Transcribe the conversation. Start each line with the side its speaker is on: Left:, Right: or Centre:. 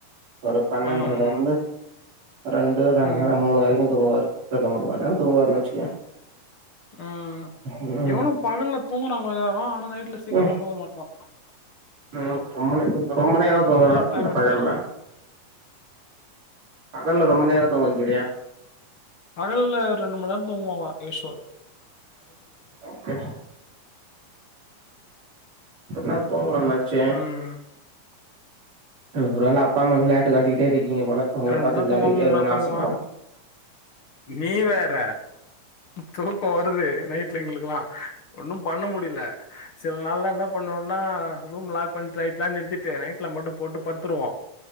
Right: ஒரு பன்னெண்டுல
Left: ஆ ஆ.
Right: இருந்து ரெண்டுர
Left: ம்
Right: மூணு வரைக்கு தூங்குவாரு ரெண்டு மூண மண் நேரோ தூங்குவருன்னு வச்சுக்கோய
Left: ம்
Right: ம்
Left: எவனோ பகல்ல தூங்குறாங்க யாரு ஆனா நைட்ல சீக்கரம்லா
Right: ம்
Left: தூங்க மாட்றா
Right: ம் ரொம்ப நே ரொம்ப நேரோ தூங்குறானா
Left: நல்லா டைம்
Right: இல்ல
Left: எடுத்துக்கறா
Right: பகல்ல பகல்ல ரொம்ப நேரோ தூங்க வைக்கிறியா
Left: பகல ரெண்டு மண் நேரோ தூங்குவா யூசோர்
Right: ஓகே நா தூங்கணு சேரி
Left: ம்.
Right: ஒருவேல அப்பா அம்மா விளையாட்டு காட்டிட்டே இருக்கீங்க போல உங்க பாத்து
Left: மணி நேரம்
Right: விளையாடிட்டே
Left: தூங்குவான், மணி
Right: இருக்கனு
Left: நேரம் தூங்குவான்.
Right: ஆசைப்படுறா
Left: நீ வேற தூக்கோ வருது நைட்ல எங்ளுக்குல்லா ஒன்னு பண்ண முடில சில நாள்லான்தா என்ன பண்ணுவோனா ரூம் லாக் பண் ட்ரைட்லா நிறுத்திட்டு நைட்லாம் மட்டு போட்டு பருத்துருவோ